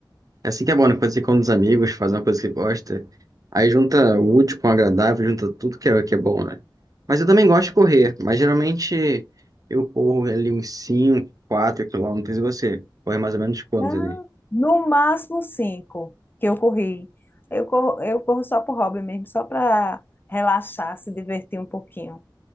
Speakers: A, on the right (about 45°); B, on the left (about 25°).
A: É assim que é bom, né? Quando você com os amigos, faz uma coisa que gosta. Aí junta o útil com o agradável, junta tudo que é, que é bom, né? Mas eu também gosto de correr, mas geralmente eu corro ali uns 5 4 quilômetros e você corre mais ou menos quanto
B: Não,
A: ali?
B: no máximo cinco que eu corri. Eu corro, eu corro só por hobby mesmo, só para relaxar, se divertir um pouquinho.